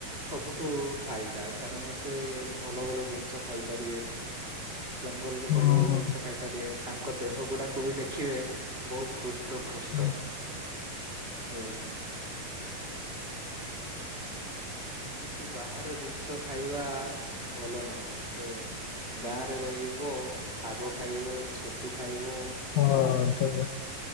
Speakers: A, on the right (about 20°); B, on the left (about 80°).
A: ସବୁଠୁ ଫାଇଦା। କାରଣ ସେ ଭଲ ଭଲ ଜିନିଷ ଖାଇପାରିବେ। ଜଙ୍ଗଲରୁୁ
B: ହୁଁ
A: ଭଲ ଭଲ ଜିନିଷ ଖାଇପାରିବେ ତାଙ୍କ ଦେହ ଗୁଡାକୁ ବି ଦେଖିବେ ବହୁତ ହୁଷ୍ଟ ହୃଷ୍ଟ
B: ହୁଁ,
A: ପୃଷ୍ଟ ହଁ। ଏମିତି ବାହାର ଜିନିଷ ଖାଇବା ଭଲ ନୁହଁ ସେ ଗାଁରେ ରହିବ ଶାଗ ଖାଇବ ଛତୁ ଖାଇବ।
B: ହଁ ଠିକ <unintelligible>